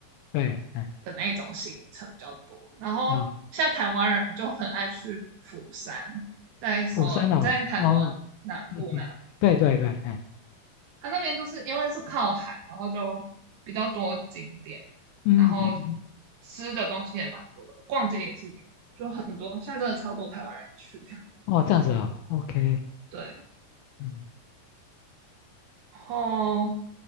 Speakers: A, on the left (about 80°); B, on the right (about 80°).
A: 对，哎，
B: 的那种行程比较多。然后现在台湾人就很爱去釜山，
A: 哦，
B: 在首在韩国南部那边，
A: 釜山哦，哦，嗯嗯，对对对，哎，
B: 它那边就是因为是靠海，然后就比较多景点，
A: 嗯嗯，
B: 然后
A: 嗯
B: 吃的东西也蛮多的，逛街也是有，就很多现在真的超多台湾人去。<laughs>
A: 哦，这样子哦，OK，
B: 对，
A: 嗯，
B: 然后